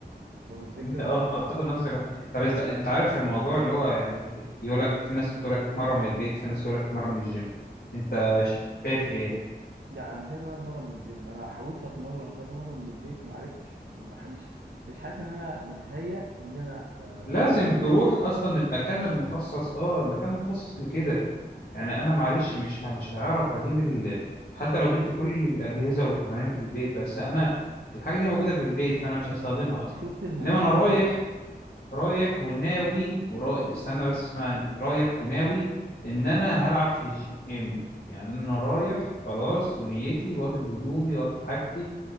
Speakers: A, on the right; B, on the left.
A: فاهم الفكره
B: انت اه بتاخد نفسك بقى طب انت انت عارف الموضوع اللي هو يعني يقول لك في ناس بتقول لك اتمرن من البيت في ناس تقول لك اتمرن من الجيم انت شايف ايه
A: لا انا شايف ان انا اتمرن من الجيم انا حاولت اتمرن كذا مره من البيت ما عرفتش م- مش مش حاسس ان انا متهيأ ان انا آه،
B: لازم
A: العب
B: تروح
A: في البيت
B: اصلا المكان المخصص اه المكان مخصص لكده يعني انا معلش مش ه- مش هعرف اجيب ال... حتى لو جبت كل الاجهزه والتمارين في البيت بس انا الحاجه دي موجوده في البيت فانا مش هستخدمها اصلا
A: شفت الممثلين
B: انما انا رايح رايح وناوي وراي
A: مم.
B: استنى بس اسمعني رايح
A: اه
B: وناوي ان انا هلعب في الجيم يعني انا رايح خلاص ونيتي واخد هدومي واخد حاجتي